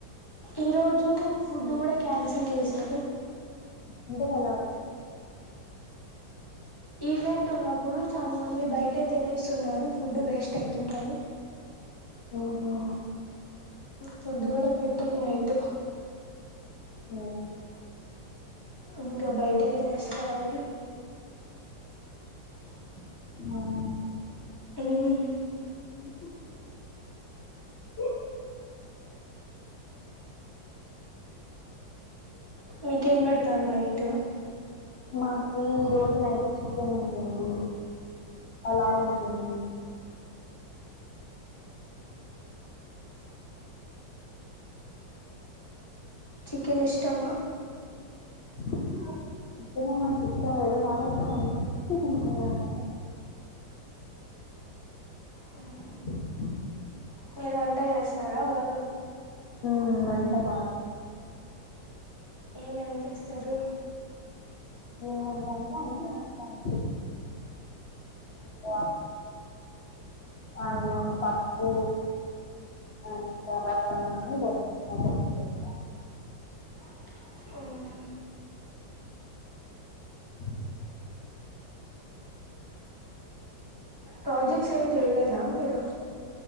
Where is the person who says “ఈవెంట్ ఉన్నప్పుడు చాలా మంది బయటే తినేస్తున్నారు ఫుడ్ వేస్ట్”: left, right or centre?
Left